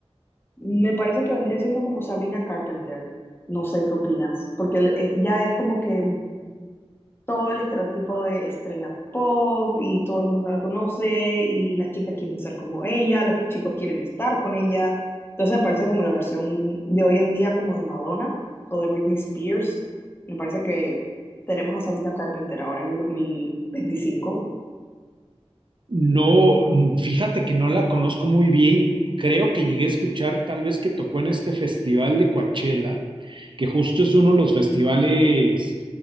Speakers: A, on the left; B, on the right.
A: me parece que vendría siendo como Sabrina Carpenter. No sé qué opinas, porque el- es- ya es como que todo el estereotipo de estrella pop y todo el mundo la conoce y las chicas quieren ser como ella, los chicos quieren estar con ella. Entonces me parece como la versión de hoy en día como de Madonna o de Britney Spears. Me parece que tenemos a Sabrina Carpenter ahora en el 2025.
B: No, mm, fíjate que no la conozco muy bien. Creo que llegué a escuchar tal vez que tocó en este festival de Coachella, que justo es uno de los festivales